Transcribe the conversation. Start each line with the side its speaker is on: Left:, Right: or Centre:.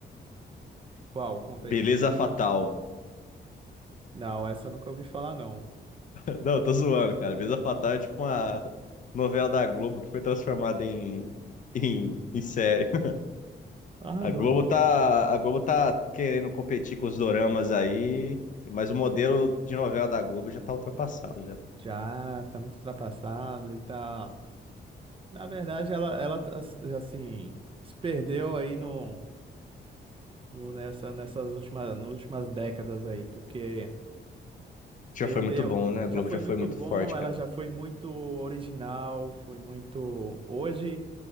Right: Qual? Conta
Left: Beleza
Right: aí.
Left: Fatal.
Right: Não, essa eu nunca ouvi falar, não.
Left: <laughs> Não, eu tô zoando, cara. Beleza Fatal é tipo uma novela da Globo que foi transformada em, em, em série. <laughs>
Right: Ah,
Left: A
Right: não.
Left: Globo tá, a Globo tá querendo competir com os doramas aí, mas o modelo de novela da Globo já tá ultrapassado, já.
Right: Já tá muito ultrapassado e tá. Na verdade, ela, ela tá, assim, se perdeu aí no, no, nessa, nessas últimas, nas últimas décadas aí, porque
Left: Já
Right: perdeu.
Left: foi muito bom, né? A
Right: Já
Left: Globo
Right: foi
Left: já foi
Right: muito
Left: muito
Right: bom,
Left: forte,
Right: ela
Left: cara.
Right: já foi muito original, foi muito. Hoje.